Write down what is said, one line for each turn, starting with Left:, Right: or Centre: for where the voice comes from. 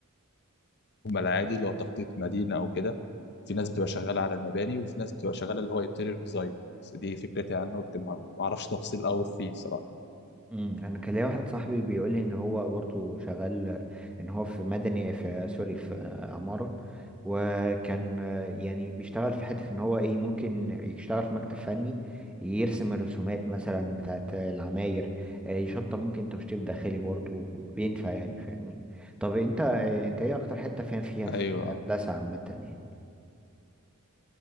Left: هم العادي اللي هو تخطيط مدينه او كده في ناس بتبقى شغاله على المباني وفي ناس بتبقى شغاله اللي هو انتيريور ديزاين بس دي فكرتي عنه لكن ما ما اعرفش تفاصيل قوي فيه صراحه
Centre: امم انا كان ليا واحد صاحبي بيقول لي ان هو برضو شغال ان هو في مدني في سوري في عمارة وكان آه، يعني بيشتغل في حتة ان هو ايه ممكن يشتغل في مكتب فني يرسم الرسومات مثلا بتاعت العماير آه، يشطب ممكن تشطيب داخلي برضو بينفع يعني فاهمني طب انت آه، انت ايه اكتر حتة فاهم فيها في
Left: ايوه
Centre: هندسة عامة يعني